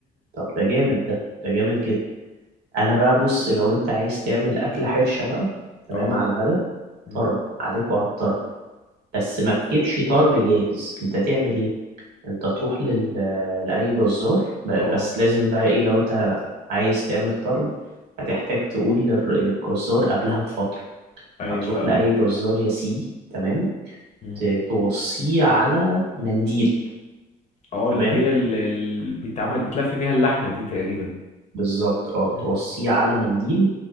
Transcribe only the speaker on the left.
اه
مم.
اه
ايوه
فاهمك
مم.
اه اللي
هي اللي بيتعمل بتلف بيها اللحمة دي تقريبا
مم.